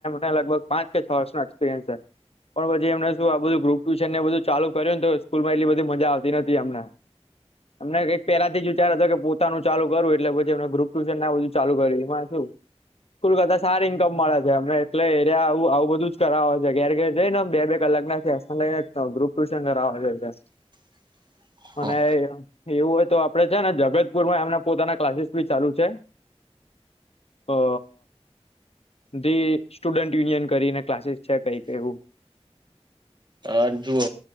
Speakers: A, on the left; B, on the right.
A: એ. લગભગ પાચ કે છ વર્ષનો એક્સપિરિયન્સ છે. પણ પછી એમને શું આ બધું ગ્રુપ ટ્યુશન ને એ બધું ચાલુ કર્યું ને તો સ્કૂલમાં એટલી બધી મજા આવતી નથી અમને. અમને કઈ પેલાથી જ વિચાર હતો કે પોતાનું ચાલુ. કરું એટલે પછી એમ ગ્રુપ ટુશન ના બધું ચાલુ કર્યું એમાં. કુલકતા સારારી ઇન્કમ મળે છે અમને એટલે એરિયા આવું બધું જ કરાવેય છે ઘેર ઘેર જઈ ને બે કલા. લગ્ન છે ગ્રુપ ટ્યુશન કરાવ છે.
B: <inaudible> હ
A: અને એવું હોય તો આપડે છે ને જગતપુર માં એમના. પોતાના ક્લાસીસ બી ચાલુ છે અ ધી સ્ટુડન્ટ યુનિયન કરીને ક્લાસીસ છે કઈક એવું.
B: હ જુઓ.